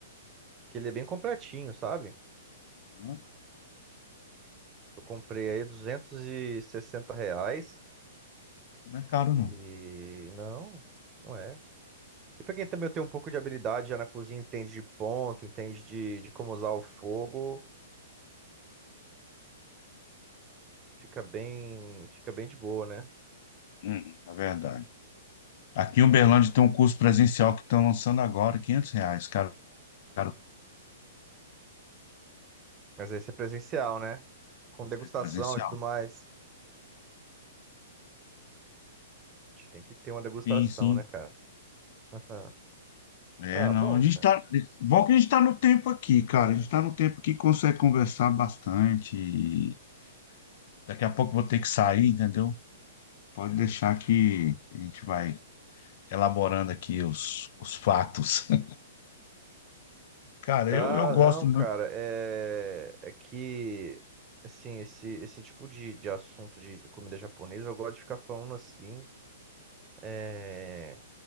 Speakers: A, on the right; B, on the left.
A: que ele é bem completinho, sabe?
B: Uhum.
A: Eu comprei aí 260 reais
B: Não é caro não.
A: e não, não é. E pra quem também tem um pouco de habilidade já na cozinha, entende de ponto, entende de, de como usar o fogo, fica bem, fica bem de boa, né?
B: Hum, na verdade. Aqui em Uberlândia tem um curso presencial que estão lançando agora, quinhentos 500 reais, cara, cara,
A: Mas aí é presencial, né? Com degustação
B: presencial.
A: e tudo mais. A gente tem que ter uma degustação,
B: Sim, sim,
A: né, cara? <laughs>
B: É,
A: Ah,
B: não,
A: bom,
B: a gente
A: cara.
B: tá. Bom que a gente tá no tempo aqui, cara. A gente tá no tempo que consegue conversar bastante. e daqui a pouco eu vou ter que sair, entendeu? Pode deixar que a gente vai elaborando aqui os, os fatos. <laughs> Cara,
A: Tá,
B: eu, eu gosto
A: não,
B: muito,
A: cara, é, é que, assim, esse, esse tipo de, de assunto de, de comida japonesa, eu gosto de ficar falando assim, é,